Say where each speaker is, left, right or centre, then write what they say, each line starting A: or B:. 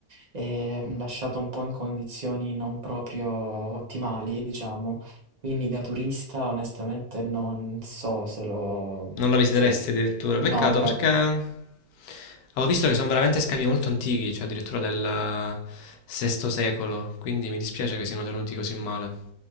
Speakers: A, on the right; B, on the left.
A: è lasciato un po' in condizioni non proprio ottimali, diciamo, quindi da turista onestamente non so se lo...
B: Non la visiteresti
A: Sì, sì.
B: addirittura.
A: No,
B: Peccato
A: però
B: perché eh, avevo visto che sono veramente scavi molto antichi, cioè addirittura del VI secolo, quindi mi dispiace che siano tenuti così male.